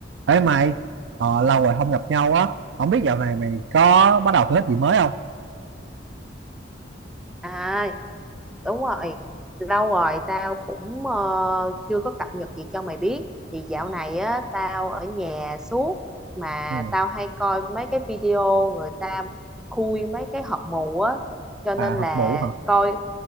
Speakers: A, on the right; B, in the centre.
A: Ê mày, ờ, lâu rồi không gặp nhau á, không biết dạo này mày có bắt đầu thử thích gì mới không?
B: À đúng rồi lâu rồi tao cũng ờ, chưa có cập nhật gì cho mày biết thì dạo này á tao ở nhà suốt mà
A: Ừ.
B: tao hay coi mấy cái video người ta khui mấy cái hộp mù á cho
A: À
B: nên
A: học
B: là
A: mũ hả?
B: coi